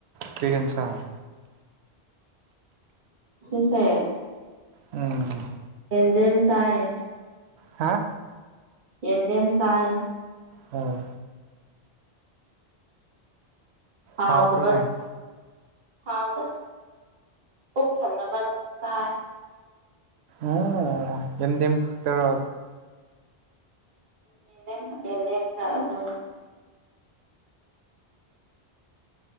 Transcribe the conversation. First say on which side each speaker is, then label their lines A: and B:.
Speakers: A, on the right; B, on the right.
A: ꯀ꯭ꯔꯤ ꯏꯟꯁꯥꯡ
B: ꯁꯤꯁꯦ
A: ꯎꯝ
B: ꯌꯦꯟꯗꯦꯝ ꯆꯥꯏ
A: ꯍꯥ
B: ꯌꯦꯟꯗꯦꯝ ꯆꯥꯌꯦ
A: ꯑꯥ
B: ꯍꯥꯎꯇꯕ
A: ꯍꯥꯎꯕ꯭ꯔꯅꯦ
B: ꯍꯥꯎꯗ ꯄꯨꯛ ꯊꯟꯅꯕ ꯑꯗꯨꯝ ꯆꯥꯏ
A: ꯑꯥ ꯌꯦꯟꯗꯦꯝ ꯈꯛꯇꯔꯣ
B: ꯌꯦꯟꯗꯦꯝ ꯌꯦꯟꯗꯦꯝꯒ ꯑꯂꯨ